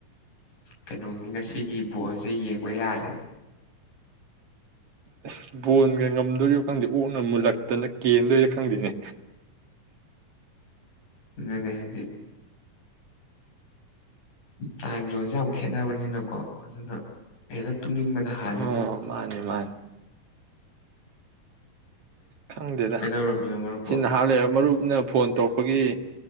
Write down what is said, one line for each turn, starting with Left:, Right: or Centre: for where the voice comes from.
Left: ꯀꯩꯅꯣꯒꯤ ꯉꯁꯤꯒꯤ ꯕꯣꯜꯁꯦ ꯌꯦꯡꯕ ꯌꯥꯔꯦ
Right: ꯑꯁ ꯕꯣꯟꯒ ꯉꯝꯗꯣꯔꯤꯕ ꯈꯪꯗꯦ ꯑꯣꯛꯅ ꯃꯨꯜꯂꯛꯇꯅ ꯀꯦꯟꯗꯣꯏꯔ ꯈꯪꯗꯦꯅꯦ
Left: ꯑꯗꯨꯅꯦ ꯍꯥꯏꯗꯤ ꯇꯥꯏꯝ ꯖꯣꯟꯣꯟꯁꯦ ꯈꯦꯠꯅꯕꯅꯤꯅꯀꯣ ꯑꯗꯨꯅ ꯑꯦꯗꯠ ꯇꯨꯝꯅꯤꯡꯕꯅ ꯍꯥꯜꯂꯤꯅꯤ
Right: ꯑ ꯃꯥꯅꯦ ꯃꯥꯅꯦ ꯈꯪꯗꯦꯗ
Left: ꯀꯩꯗꯧꯔꯝꯃꯤꯅꯣ ꯃꯔꯨꯞꯄꯣ
Right: ꯁꯤ ꯅꯍꯥꯟ ꯂꯩꯕ ꯃꯔꯨꯞ ꯅ ꯐꯣꯟ ꯇꯧꯔꯛꯄꯒꯤ